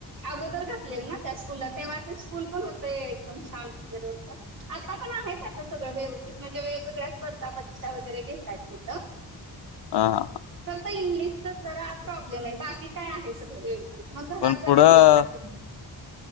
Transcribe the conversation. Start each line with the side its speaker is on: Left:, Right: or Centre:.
Right: अगोदर घातलेल ना त्या स्कूलला? तेव्हा ते स्कूल पण होतय एकदम छान वगैरे होतं. आत्ता पण आहे आता सगळं व्यवस्थित. म्हणजे वेगवेगळ्या स्पर्धा परीक्षा वगैरे घेतात तिथं.
Left: आं.
Right: फक्त इंग्लिशचच जरा प्रॉब्लेम आहे. बाकी काय आहे सगळं व्यवस्थित. मग घरात
Left: पण
Right: जरा
Left: पुढं
Right: घ्यायच आपण.